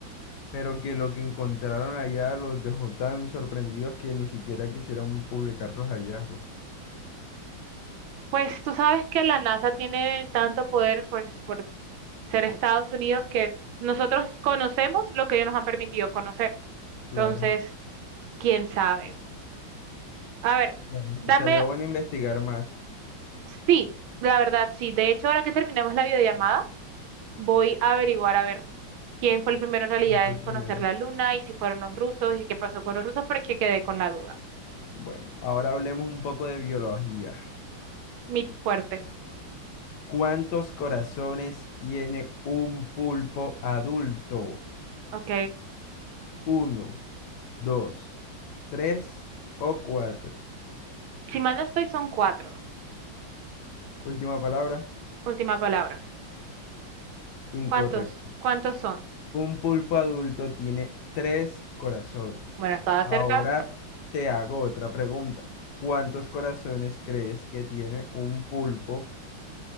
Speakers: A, on the left; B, on the right.
A: pero que lo que encontraron allá los dejó tan sorprendidos que ni siquiera quisieron publicar los hallazgos.
B: Pues tú sabes que la NASA tiene tanto poder por, por ser Estados Unidos que nosotros conocemos lo que ellos nos han permitido conocer.
A: Claro,
B: Entonces, quién sabe. A ver,
A: claro.
B: dame,
A: Estaría bueno investigar más
B: sí, la verdad, sí. De hecho, ahora que terminemos la videollamada, voy a averiguar a ver quién fue el primero en realidad
A: quién fue
B: en
A: el primero.
B: conocer la Luna y si fueron los rusos y qué pasó con los rusos, porque quedé con la duda.
A: Bueno, ahora hablemos un poco de biología.
B: Mi fuerte.
A: ¿Cuántos corazones tiene un pulpo adulto?
B: Ok.
A: ¿Uno, dos, tres o cuatro?
B: Si mal no estoy, son cuatro.
A: Última palabra,
B: Última palabra.
A: incorrecto.
B: ¿Cuántos? ¿Cuántos son?
A: Un pulpo adulto tiene tres corazones.
B: Bueno, estaba
A: Ahora
B: cerca.
A: te hago otra pregunta. ¿Cuántos corazones crees que tiene un pulpo